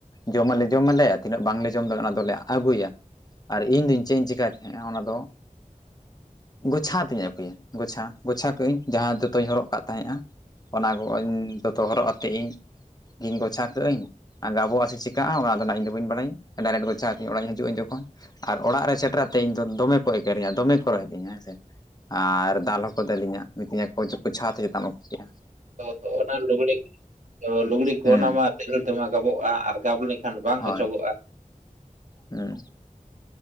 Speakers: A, on the left; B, on the right.
A: ᱡᱚᱢ ᱟᱞᱮ ᱡᱚᱢ ᱟᱞᱮ ᱛᱤᱱᱟᱹᱜ ᱵᱟᱝ ᱞᱮ ᱡᱚᱢ ᱫᱟᱲᱮᱼᱟ, ᱚᱱᱟ ᱫᱚᱞᱮ ᱟᱹᱜᱩᱭᱟ ᱟᱨ ᱤᱧᱫᱩᱧ ᱪᱮᱜ ᱤᱧ ᱪᱮᱠᱟᱭ ᱛᱟᱦᱮᱸᱜᱼᱟ ᱚᱱᱟ ᱫᱚ ᱜᱚᱪᱷᱟ ᱦᱟᱛᱤᱧ ᱟᱹᱜᱩᱭᱟ ᱜᱚᱪᱷᱟ ᱜᱚᱪᱷᱟ ᱠᱟᱜ ᱟᱹᱧ ᱡᱟᱦᱟᱸ ᱫᱚᱛᱚᱧ ᱦᱚᱨᱚᱜ ᱠᱟᱜ ᱛᱟᱦᱮᱸᱜᱼᱟ ᱚᱱᱟ ᱜᱚᱜ ᱤᱧ ᱫᱚᱛᱚ ᱦᱚᱨᱚᱜ ᱟᱛᱮᱜ ᱤᱧ ᱤᱧ ᱜᱚᱪᱷᱟ ᱠᱟᱜ ᱟᱹᱧ ᱟᱨ ᱜᱟᱵᱚᱜᱼᱟ ᱥᱮ ᱪᱮᱠᱟᱜᱼᱟ ᱚᱱᱟ ᱫᱚ ᱱᱷᱟᱸᱜ ᱤᱧ ᱫᱚ ᱵᱟᱹᱧ ᱯᱟᱲᱟᱤᱧ ᱰᱟᱭᱨᱮᱴ ᱜᱚᱪᱷᱟ ᱟᱛᱤᱧ ᱚᱲᱟᱤᱧ ᱦᱤᱡᱩᱜᱟᱹᱧ ᱡᱚᱠᱷᱚᱱ ᱟᱨ ᱚᱲᱟᱜ ᱨᱮ ᱥᱮᱴᱮᱨ ᱟᱛᱮ ᱤᱧ ᱫᱚ ᱫᱚᱢᱮ ᱠᱚ ᱮᱸᱜᱮᱨᱤᱧᱟ ᱫᱚᱢᱮ ᱠᱚ ᱨᱚᱦᱮᱫᱤᱧᱟ ᱦᱮᱸ ᱥᱮ ᱟᱨ ᱫᱟᱞ ᱦᱚᱸ ᱠᱚ ᱫᱟᱹᱞᱤᱧᱟ ᱢᱤᱛᱟᱹᱧᱟᱠᱚ ᱡᱚ ᱪᱷᱟ ᱠᱟᱛᱮ ᱪᱮᱫᱟ ᱮᱢ ᱟᱹᱜᱩᱠᱮᱫᱟ
B: ᱛᱚ ᱚᱱᱟ ᱞᱩᱜᱲᱤᱜ ᱛᱚ ᱞᱩᱜᱽᱲᱤ ᱠᱚ
A: ᱦᱩᱸ
B: ᱚᱱᱟ ᱢᱟ ᱛᱤᱨᱤᱞ ᱛᱮᱢᱟ ᱜᱟᱵᱚᱜᱼᱟ ᱟᱨ ᱜᱟᱵ ᱞᱮᱱᱠᱷᱟᱱ ᱵᱟᱝ
A: ᱦᱳᱭ
B: ᱚᱪᱚᱜᱚᱜᱼᱟ᱾
A: ᱦᱩᱸ